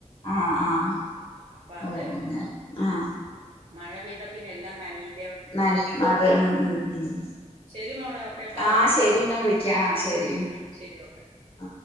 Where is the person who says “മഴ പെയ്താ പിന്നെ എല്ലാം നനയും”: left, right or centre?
Right